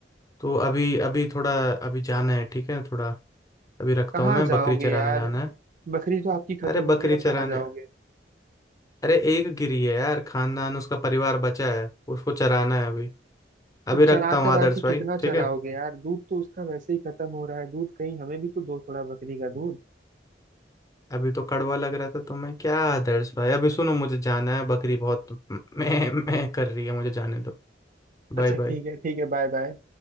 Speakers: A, on the left; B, on the right.
A: तो अभी अभी थोड़ा अभी जाना है ठीक है थोड़ा अभी रखता
B: कहाँ
A: हूँ मैं
B: जाओगे
A: बकरी चराने
B: यार
A: जाना है
B: बकरी तो आपकी खत्म
A: अरे
B: हो
A: बकरी
B: गई अब
A: चराने
B: कहाँ जाओगे
A: अरे एक गिरी है यार खानदान उसका परिवार बचा है उसको चराना है अभी अभी
B: तो चरा
A: रखता हूँ
B: चरा
A: आदर्श
B: के
A: भाई
B: कितना
A: ठीक
B: चराओगे
A: है
B: यार दूध तो उसका वैसे ही खत्म हो रहा है दूध कहीं हमें भी तो दो थोड़ा बकरी का दूध
A: अभी तो कड़वा लग रहा था तो मैं क्या आदर्श भाई अभी सुनो मुझे जाना है बकरी बहुत मैं मैं कर रही है मुझे जाने दो Bye
B: अच्छा
A: bye
B: ठीक है ठीक है बाय बाय